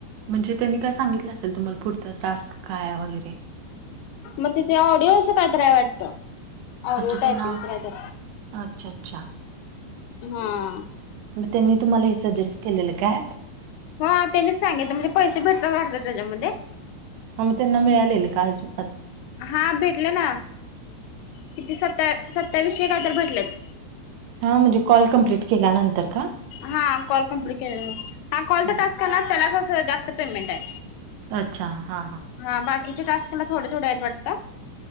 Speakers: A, on the right (about 80°); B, on the left (about 85°).
A: म्हणजे त्यांनी कायं सांगितलं असेल तुम्हांला पुढचां टॅक्स कायं आहे वगैरें
B: मंग ते ऑडिओ कांहींतरी आहे वाटतं ऑडिओ
A: अच्छा
B: टायपिंगच
A: ते नां
B: कायतर
A: अच्छा अच्छा
B: हां आं
A: मंग त्यांनी तुम्हांला हे सजेस्ट केलेलं कायं
B: हो त्यांनीच सांगित म्हणजे पैसे भेटतांत वाटते त्यांच्यामध्ये
A: आं मंग ते त्यां नां मिळालेले कां आंज
B: हां भेटलं नां किती सता सत्तावीसशे कायं तरं भेटलेत
A: हां म्हणजे कॉल कमप्लीट केल्यानंतर कां
B: हां कॉल कम्प्लीट केल्यानंतर हां कॉलचां
A: हा.
B: टास्कं करणारं त्यांलाचं जास्तं पेमेंट आहे
A: अच्छा हां
B: हां बाकीच्यां टास्कंला थोडं थोड्यां आहेतं वाटतं